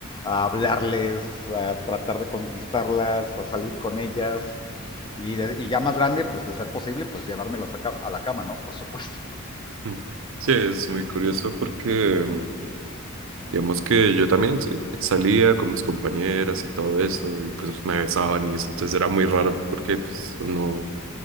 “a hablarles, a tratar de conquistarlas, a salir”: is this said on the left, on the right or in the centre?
Left